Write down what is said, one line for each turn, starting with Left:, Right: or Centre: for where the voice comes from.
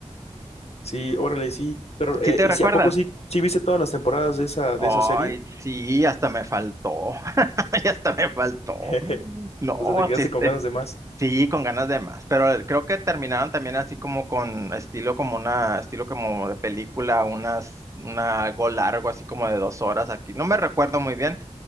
Left: Sí, órale, sí. Pero, eh,
Right: ¿Sí te recuerdas?
Left: ¿sí, a poco sí, sí viste todas las temporadas de esa,
Right: Ay,
Left: de esa serie?
Right: sí, hasta me faltó, <laughs> y hasta me faltó.
Left: <laughs> Jeje.
Right: No,
Left: O sea, te quedaste
Right: sí,
Left: con ganas de más.
Right: Sí, con ganas de más, pero creo que terminaron también así como con estilo como una, estilo como de película, unas, una, algo largo, así como de dos horas aquí. No me recuerdo muy bien,